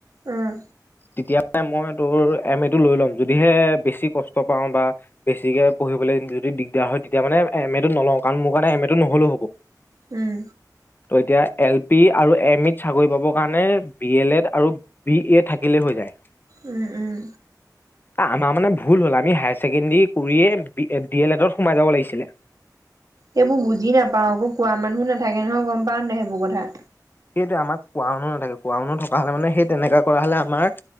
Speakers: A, on the right; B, on the left.
A: উমঁ।
B: তেতিয়া মানে মই তোৰ এমএ টো লৈ ল'ম, যদিহে বেছি কষ্ট পাওঁ বা বেছিকে পঢ়িবলৈ যদি দিগদাৰ হয়, তেতিয়া মানে এম এটো নলওঁ কাৰণ মোৰ কাৰণে এম এ টো নহলেও হ'ব।
A: উম।
B: তই, এতিয়া এল পি আৰু এম ইত চাকৰি পাবৰ কাৰণে বি এল এড আৰু বি এ থাকিলেই হৈ যায়।
A: উম, উম।
B: আমাৰ মানে ভুল হ'ল, আমি হায়াৰ ছেকেণ্ডেৰী কৰিয়েই ডি এল এডত সোমাই যাব লাগিছিলে।
A: সেইবোৰ বুজি নাপাওঁ আকৌ কোৱা মানুহ নাথাকে নহয় গম পাঁও নাই সেইবোৰ কথা।
B: সেইটোৱে আমাৰ কোৱা মানুহ নাথাকে, কোৱা মানুহ থকা হলে মানে সেই তেনেকুৱা কৰা হলে আমাৰ